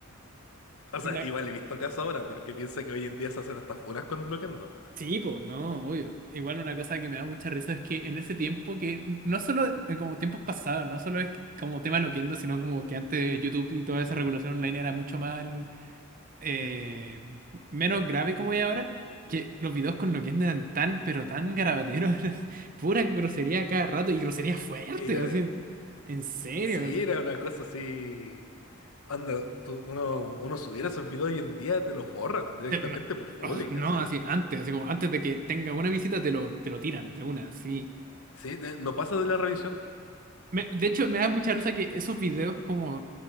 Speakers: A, on the left; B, on the right.
A: O sea,
B: Una...
A: igual he visto casos ahora, porque piensa que hoy en día se hacen hasta funas con Loquendo.
B: Sí, pues, no, obvio. Igual una cosa que me da mucha risa es que en ese tiempo que, n- no solo eh, como tiempos pasados, no solo es como tema loquendo, sino como que antes YouTube y toda esa regulación online era mucho más eh, menos grave como es ahora, que los videos con Loquendo eran tan, pero tan garabateros, <laughs> eran pura grosería cada rato y grosería fuerte,
A: era
B: así, en serio,
A: Sí,
B: así.
A: era una cosa así. Anda, tú- uno, uno subiera esos videos hoy en día, te los borran directamente
B: Te- no,
A: por bullying,
B: oh, no,
A: así.
B: así, antes, así como antes de que tenga una visita te lo, te lo tiran de una, así.
A: Sí, de- no pasa de la revisión.
B: Me- de hecho, me da mucha risa que esos videos como